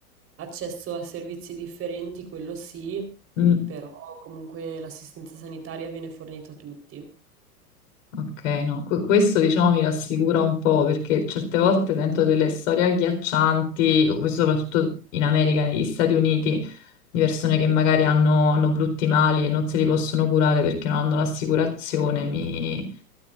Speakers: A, on the right (about 30°); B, on the left (about 55°).
A: accesso a servizi differenti, quello sì,
B: Mm.
A: però comunque l'assistenza sanitaria viene fornita a tutti.
B: Ok, no, que- questo diciamo mi rassicura un po' perché certe volte sento delle storie agghiaccianti, questo soprattutto in America, negli Stati Uniti, di persone che magari hanno, hanno brutti mali e non se li possono curare perché non hanno l'assicurazione, mi,